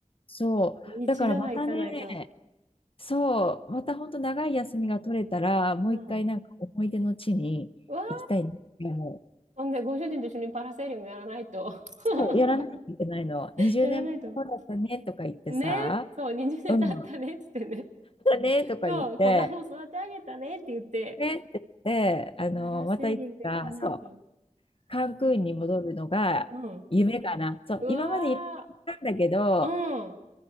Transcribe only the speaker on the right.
一度は行かないと。
うん。うわー、ほんで、ご主人と一緒にパラセーリングやらないと。<laughs>
やらないと。ね、そう、20年経ったねっつってね。
そう、子供育て上げたねって言って、
パラセーリング行かないと。
えーうん。
うわ
ー、うん。